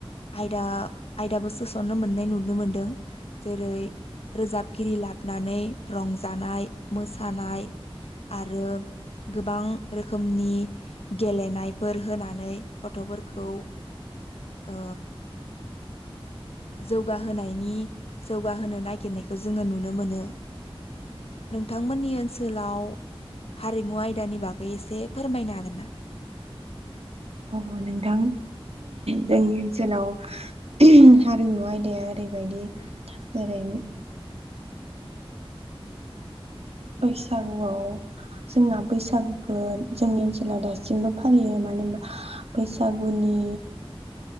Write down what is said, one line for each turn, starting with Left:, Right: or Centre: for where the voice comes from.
Left: आयदा आयदाबो सोस'ननो मोननाय नुनो मोनदों जेरै रोजाबगिरि लाबनानै रंजानाय मोसानाय आरो गोबां रोखोमनि गेलेनायफोर होनानै गथ'फोरखौ ओ जौगाहोनायनि जौगा होनो नागिरनायखौ जोंङो नुनो मोनो। नोंथांमोननि ओनसोलाव हारिमु आयदानि बागै एसे फोरमायनो हागोन ना?
Right: अ नोंथां जोंनि ओनसोलाव ऊम हारिमु आयदाया ओरैबायदि जेरै बैसागुआव जोंना बैसागुखौ जोंनि ओनसोलाव दासिमबो फालियो मानो होनबा बैसागुनि